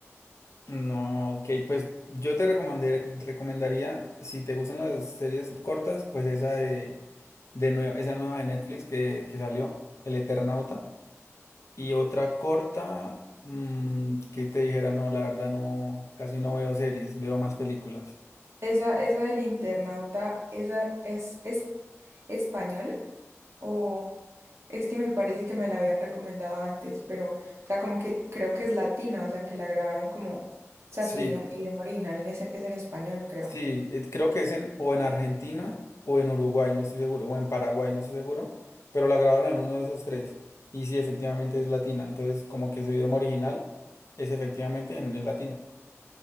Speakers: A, on the left; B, on the right.
A: No, ok, pues yo te recomendé- recomendaría, si te gustan las series cortas, pues esa de, de nueva, esa nueva de Netflix que, que salió, El Eternauta, y otra corta mm, que te dijera, no, la verdad no, casi no veo series, veo más películas.
B: Esa, esa del internauta, ¿esa es, es español? O es que me parece que me la habían recomendado antes, pero, o sea, como que creo que es latina, o sea, que la grabaron como, o sea,
A: Sí,
B: su idioma, idioma original en ese- es en español, creo.
A: Sí, eh, creo que es en, o en Argentina o en Uruguay, no estoy seguro, o en Paraguay, no estoy seguro, pero la grabaron en uno de esos tres. Y sí, efectivamente es latina, entonces como que su idioma original es efectivamente en, en latino.